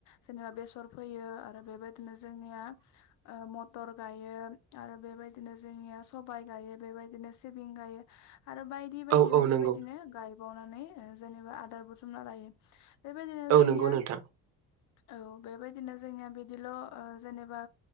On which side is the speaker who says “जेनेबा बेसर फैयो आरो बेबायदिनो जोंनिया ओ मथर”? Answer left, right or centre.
Left